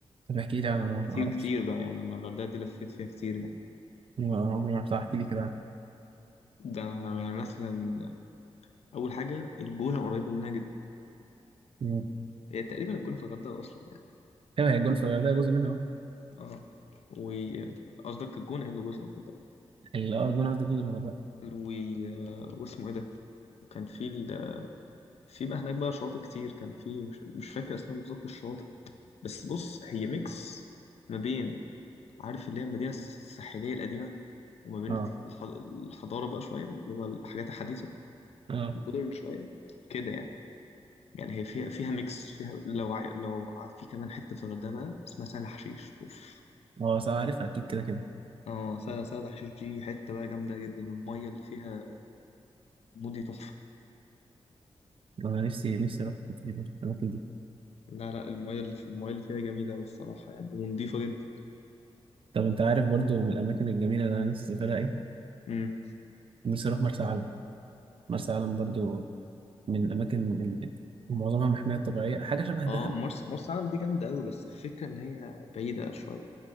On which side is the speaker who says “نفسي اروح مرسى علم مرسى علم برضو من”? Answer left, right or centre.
Right